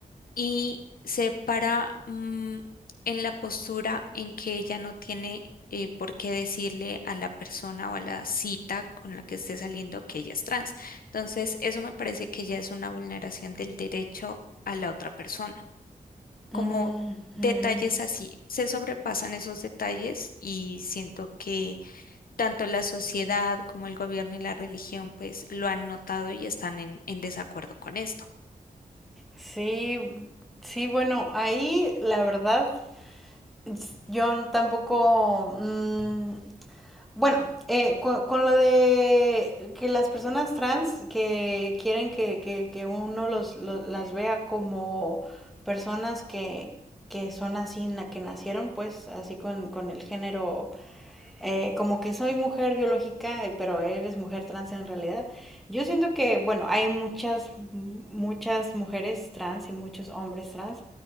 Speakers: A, on the left; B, in the centre.
A: y se para mm, en la postura en que ella no tiene eh, por qué decirle a la persona o a la cita con la que esté saliendo que ella es trans. Entonces, eso me parece que ya es una vulneración del derecho a la otra persona. Como
B: Ujú.
A: detalles así, se sobrepasan esos detalles y siento que tanto la sociedad como el gobierno y la religión pues lo han notado y están en en desacuerdo con esto.
B: Sí, sí, bueno, ahí la verdad, s- yo tampoco, mm, Bueno, eh, con, con, lo de que las personas trans que quieren que, que, que uno los, los, las vea como personas que, que son así, na, que nacieron pues así con, con el género eh, como que soy mujer biológica, eh, pero eres mujer trans en realidad. Yo siento que, bueno, hay muchas, muchas mujeres trans y muchos hombres trans